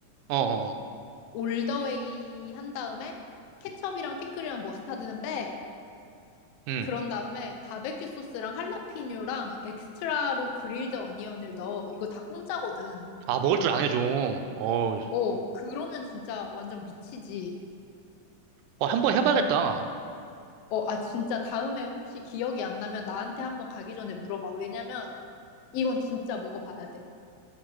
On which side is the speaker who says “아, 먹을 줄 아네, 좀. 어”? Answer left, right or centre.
Right